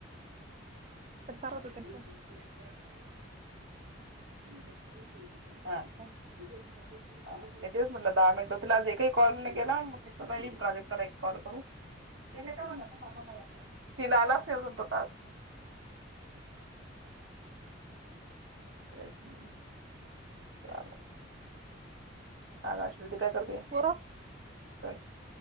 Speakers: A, on the right (about 35°); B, on the right (about 65°).
A: तर
B: <unintelligible>
A: चालत होत त्यांचं
B: हा का मी तेच म्हटलं दहा मिनिटं लागती ते कॉल न गेला म चला ईल तो अजून त्याला चला एक कॉल करू ते नाही का म्हणा कोणा कोणाला काय तिला आलाच नाही अजून तो टास्क. तेच ना. <unintelligible> का ग अश्विनी इथे काय करतेयय
A: पोरं
B: काय?